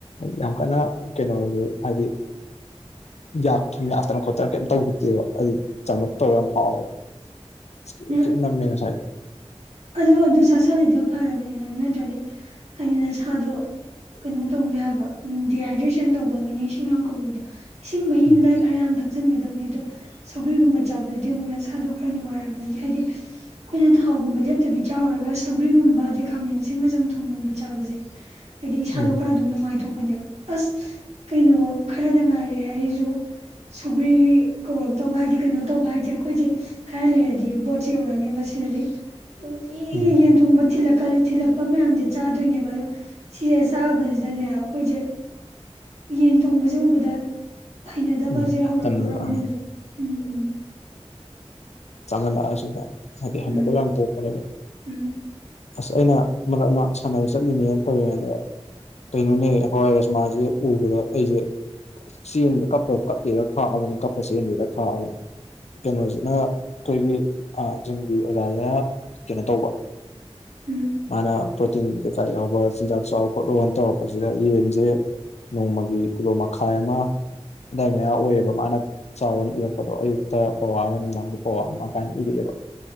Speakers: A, on the left; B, on the right.
A: ꯌꯥꯝ ꯀꯟꯅ ꯀꯩꯅꯣꯗꯨ ꯍꯥꯏꯗꯤ ꯌꯥꯛꯇꯅ ꯈꯣꯠꯇꯅ ꯀꯩꯝ ꯇꯧꯗꯦꯕ ꯑꯗꯨ ꯆꯝꯂꯞ ꯇꯧꯔ ꯌꯥꯝ ꯍꯥꯎꯋꯦꯕ ꯏꯁ ꯀꯤꯠ
B: ꯅꯪ
A: ꯀꯤꯠ ꯅꯝꯃꯦ ꯉꯁꯥꯏ
B: ꯑꯗꯨ ꯑꯗꯨ ꯆꯥꯁꯜꯂꯤꯗꯣ ꯐꯔꯕꯅꯤ ꯅꯪ ꯅꯠꯇ꯭ꯔꯗꯤ ꯍꯥꯏꯗꯤ ꯅ ꯁꯥꯗꯣ ꯀꯩꯅꯣ ꯇꯧꯅꯦ ꯍꯥꯏꯕ ꯎ ꯗꯤꯍꯥꯏꯗ꯭ꯔꯦꯁꯟ ꯇꯧꯕꯒꯤꯅꯦ ꯏꯁꯤꯡ ꯌꯥꯝ ꯀꯧꯔꯤꯗꯣ ꯏꯁꯤꯡ ꯃꯍꯤ
A: ꯎꯝ
B: ꯃꯅꯥꯏ ꯈꯔ ꯌꯥꯝꯅ ꯊꯛ ꯍꯥꯞꯆꯟꯒꯗꯕꯅꯤ ꯑꯗꯣ ꯁꯧꯒꯔꯤꯒꯨꯝꯕ ꯆꯥꯕꯗꯗꯤ ꯑꯃꯨꯛꯅ ꯁꯥꯗꯣ ꯈꯔ ꯅꯨꯡꯉꯥꯏꯔꯝꯃꯅꯤ ꯍꯥꯏꯗꯤ ꯑꯩꯈꯣꯏꯅ ꯊꯥꯎꯒꯨꯝꯕ ꯂꯦꯞ ꯇꯨꯕꯤ ꯆꯥꯎꯔꯒ ꯁꯧꯒ꯭ꯔꯤꯒꯨꯝꯕ ꯑꯗꯩ ꯈꯥꯃꯦꯟꯁꯤꯟꯕꯞꯆꯝꯊꫭꯡ ꯊꯣꯡꯒꯨꯝꯕꯗ ꯆꯥꯕꯁꯦ ꯍꯥꯏꯗꯤ ꯏꯁꯥꯗꯣ
A: ꯎꯝ
B: ꯈꯔ ꯑꯗꯨꯝ ꯅꯨꯡꯉꯥꯏꯊꯣꯛ ꯄꯅꯦꯕ ꯑꯁ ꯀꯩꯅꯣ ꯈꯔꯗ ꯉꯥꯏꯔꯦ ꯑꯩꯁꯨ ꯁꯧꯒ꯭ꯔꯤ ꯀꯧꯔꯛꯇꯧꯕ ꯍꯥꯏꯗꯤ ꯀꯩꯅꯣ ꯇꯧꯕ ꯍꯥꯏꯗꯤꯦ ꯑꯩꯈꯣꯏꯁꯦ ꯈꯔ ꯂꯩꯔꯗꯤ ꯕꯣꯠꯁꯦ ꯌꯧꯔꯛꯑꯅꯦꯕ ꯁꯤꯗꯗꯤ ꯅꯨꯡꯇꯤꯒꯤ
A: ꯎꯝ
B: ꯌ‌ꯦꯟ ꯊꯣꯡꯕ ꯊꯤꯂꯛ ꯀꯜ ꯊꯤꯜꯂꯛꯄ ꯃꯌꯥꯝꯁ ꯆꯥꯗꯣꯏꯅꯦꯕ ꯑꯗꯣ ꯁꯤꯁꯦ ꯆꯥꯕꯁꯤꯗꯅꯦ ꯑꯩꯈꯣꯏꯁꯦ ꯌꯦꯟ ꯊꯣꯡꯕꯁꯦ ꯎꯕꯗ ꯍꯩꯅꯗꯕꯁꯦ
A: ꯎꯝ
B: ꯍꯧꯔꯛꯇꯣꯔꯔꯕꯅꯦ
A: ꯇꯟꯕꯗꯣ ꯑꯥ
B: ꯍꯧꯖꯤꯛ ꯎꯝ ꯎꯝ
A: ꯆꯃꯟꯂꯛꯑꯁꯅ‌ꯦ ꯍꯥꯏꯗꯤ ꯍꯟꯅꯗ
B: ꯎꯝ
A: ꯌꯥꯝ ꯄꯣꯛꯄꯅꯦꯕ
B: ꯎꯝ
A: ꯑꯁ ꯑꯩꯅ ꯃꯞ ꯑꯃ ꯁꯥꯟꯅꯕ ꯆꯠꯂꯤꯅꯦꯅ ꯇꯧꯔꯤꯉꯩ ꯑꯗ ꯀꯩꯅꯣꯅꯦ ꯍꯋꯥꯏ ꯔꯖꯃꯥꯁꯦ ꯎꯕꯗ ꯑꯩꯁꯦ ꯆꯦꯟꯕ ꯀꯞꯄ ꯀꯞꯄꯤꯦꯔ ꯈꯥꯛꯑꯕꯅꯤ ꯀꯞꯄꯁꯦ ꯌꯦꯟꯒꯦꯔ ꯈꯥꯛꯑꯕꯅꯤ ꯀꯩꯅꯣꯁꯤꯅ ꯑꯩꯈꯣꯏꯒꯤ ꯌꯨꯝꯒꯤ ꯑꯣꯖꯥꯁꯤꯅ ꯀꯩꯅꯣ ꯇꯧꯕ
B: ꯎꯝ
A: ꯃꯥꯅ ꯄ꯭ꯔꯣꯇꯤꯟ ꯀꯩꯀꯥ ꯌꯥꯎꯕ ꯆꯤꯟꯖꯥꯛ ꯆꯥꯎ ꯈꯣꯠꯂꯣꯅ ꯇꯧꯔꯛꯄꯁꯤꯗ ꯌꯦꯟꯁꯦ ꯅꯣꯡꯃꯒꯤ ꯀꯤꯂꯣ ꯃꯈꯥꯏ ꯑꯃ ꯑꯗꯥꯏ ꯃꯌꯥ ꯑꯣꯏꯌꯦꯕ ꯃꯥꯅ ꯆꯥꯎꯥꯕꯅ ꯏꯔꯛꯄꯗꯣ ꯑꯌꯨꯛꯇ ꯄꯋꯥ ꯑꯃ ꯅꯨꯡꯗꯥꯡꯗ ꯄꯋꯥ ꯑꯃ ꯀꯥꯏꯅ ꯏꯔꯛꯑꯦꯕ